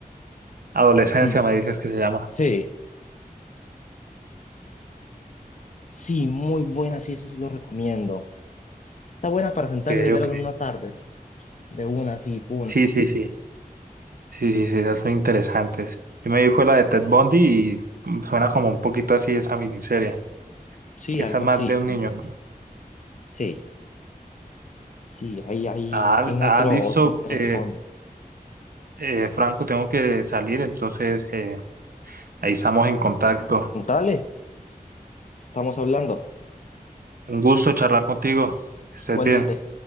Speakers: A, on the right; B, on the left.
A: Adolescencia
B: sí,
A: me dices que se llama.
B: sí, sí, muy buena, sí, eso sí lo recomiendo. Está buena para sentarla
A: Que
B: y
A: yo
B: verla
A: que
B: en una tarde, de una así, pum.
A: sí, sí, sí. Sí, sí, sí, esas son interesantes. Yo me vi fue la de Ted Bundy y mm, suena como un poquito así esa miniserie,
B: Sí,
A: que
B: algo
A: esa es más
B: así,
A: de
B: sí.
A: un niño, ¿no?
B: Sí, sí, ahí, ahí
A: Ah,
B: tiene
A: ah,
B: otro,
A: listo,
B: otro trasfondo.
A: eh, eh, Franco, tengo que salir, entonces eh, ahí estamos en contacto.
B: Dale, estamos hablando.
A: Un gusto charlar contigo. Que estés
B: Igualmente.
A: bien.